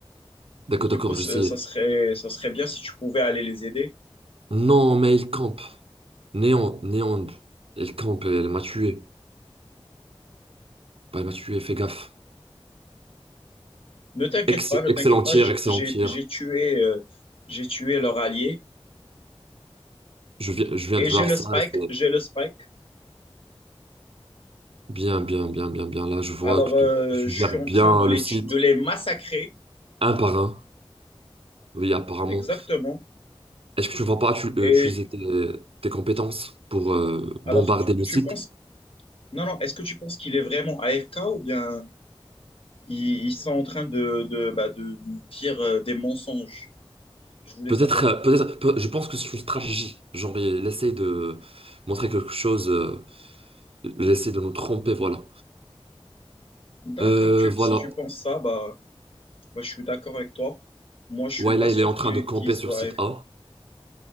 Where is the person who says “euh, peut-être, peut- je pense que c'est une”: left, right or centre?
Right